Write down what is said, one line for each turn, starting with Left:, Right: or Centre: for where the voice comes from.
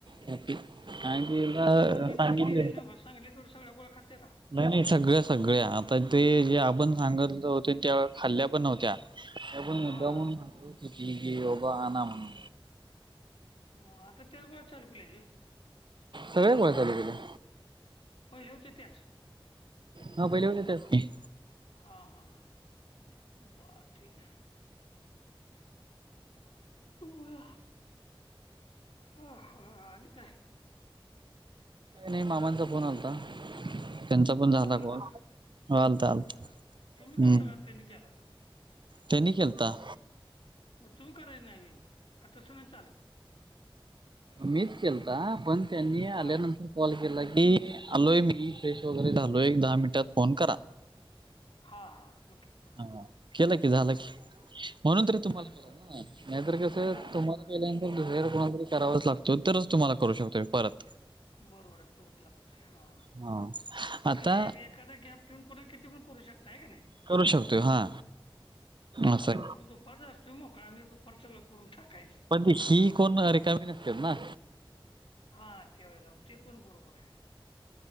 Right: आणि तिला
Left: तू कुठले पन बिन
Right: सांगितले
Left: काय केलय नवस सांगली तेवढ्या सगळ्या गोळ्या खाती काय?
Right: नाही नाही, सगळ्या सगळ्या, आता ते जे आपण सांग होते, त्या खाल्ल्या पण नव्हत्या पण मुद्दा
Left: हा
Right: म्हून
Left: मग
Right: म्हणली की, बाबा आना म्हणून
Left: म आता, त्याच गोळ्या चालू केल्यास व्हय.
Right: सगळया गोळ्या चालू केेल्या.
Left: पहिल्या होत्या त्याच
Right: हा पहिल्या होत्या त्याच की
Left: हा हा. बर ठीक हाय. बोला. हा हा हा आणि काय?
Right: नाही मामांचा फोन आलता. त्यांचा पण
Left: हां,
Right: झाला
Left: आला
Right: कॉल.
Left: होता का?
Right: हां. आलता आलता.
Left: झालं का? तुम्ही
Right: हम्म
Left: केलता का त्यांनी केला होता?
Right: त्यानी केलता.
Left: मग तुम्ही करायच नाहीये. का तसं नाही चालत?
Right: मीच केलता. पण त्यांनी आल्यानंतर-
Left: हां,
Right: कॉल केला की. आलोय मी फ्रेश वगैरे झालोय. दहा मिनटात फोन करा.
Left: हा हा.
Right: हा. केला की झाला की.
Left: ब
Right: म्हणून
Left: बरं,
Right: तर तुम्हाला
Left: बरं,
Right: केला
Left: बरं.
Right: ना? नाहीतर कस
Left: हां,
Right: तुम्हाला
Left: हां.
Right: केल्यानंतर दुसऱ्याला
Left: हां,
Right: कोणालातरी करावाच लागतो. नंतरच तुम्हाला करू शकतोय परत.
Left: बरोबर आहे. परत लागतो हा.
Right: हा. आता
Left: म्हणजे एक एक- एखादा गॅप ठेऊन पुन्हा किती पण करू शकता आहे का नाही?
Right: करू शकतोय हा.
Left: हां,
Right: असय.
Left: <unintelligible> असतोय मोकळा मी दुपार सगं करून ठाकायचं.
Right: पण <unintelligible> कोण रिकामी नसतात ना?
Left: हा. त्यावेेळेला ते पण बरोबर आहे.